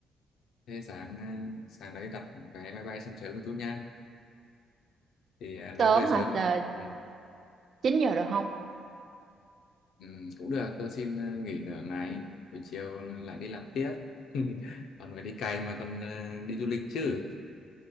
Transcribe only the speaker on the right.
sớm
hả Tờ,
9 giờ được không